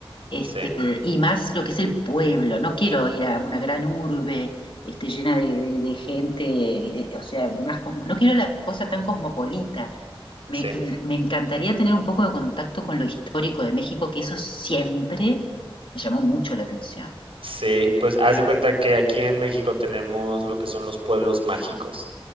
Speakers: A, on the left; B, on the right.
A: este,
B: sí,
A: y más lo que es el pueblo. No quiero ir a una gran urbe este, llena de, de- de gente, eh, o sea, más cosmo- no quiero la cosa tan cosmopolita. Me,
B: sí.
A: me- me encantaría tener un poco de contacto con lo histórico de México, que eso siempre me llamó mucho la atención.
B: Sí, pues haz de cuenta que aquí en México tenemos lo que son los pueblos mágicos.